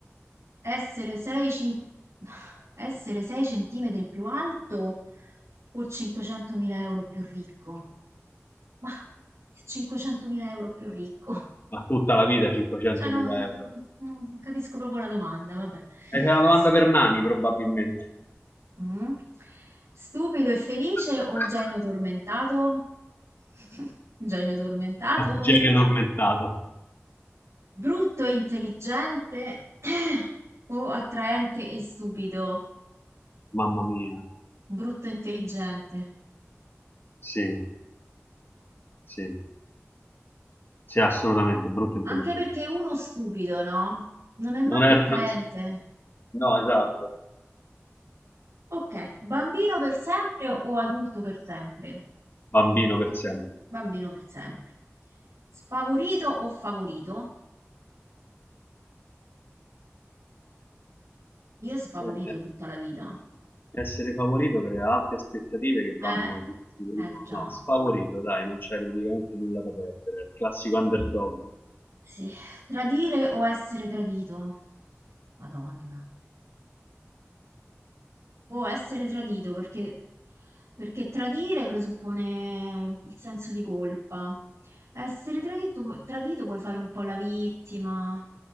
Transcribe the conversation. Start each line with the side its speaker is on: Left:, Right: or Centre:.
Right: essere 6, cin- <sighs> essere 6 centimetri più alto o 500.000 euro più ricco? Ma 500.000 euro più ricco.
Left: Ma tutta la vita 500.000
Right: Cioè, non,
Left: euro.
Right: non capisco proprio la domanda, vabbè.
Left: È una domanda
Right: S-
Left: per Nani, probabilmente.
Right: mm. Stupido e felice
Left: <laughs>
Right: o genio tormentato? <laughs> Genio tormentato?
Left: Genio tormentato.
Right: Brutto e intelligente <clears throat> o attraente e stupido?
Left: Mamma mia,
Right: Brutto e intelligente.
Left: sì, sì, sì, assolutamente, brutto e intelligente.
Right: Anche perché uno stupido, no? Non è manco
Left: Non è...
Right: attraente.
Left: non- No, esatto,
Right: Ok, bambino per sempre o adulto per sempre?
Left: bambino per sempre.
Right: Bambino per sempre. Sfavorito o favorito? Io sfavorito
Left: Eh, eh.
Right: tutta la vita.
Left: Essere favorito crea alte aspettative che
Right: Eh,
Left: vanno, si- si-
Right: eh già,
Left: no, sfavorito, dai, non c'è praticamente nulla da perdere, è il classico underdog.
Right: sì. Tradire o essere tradito? Madonna. Boh, essere tradito perché, perché tradire presuppone il senso di colpa. Essere tradito, tradito puoi fare un po' la vittima,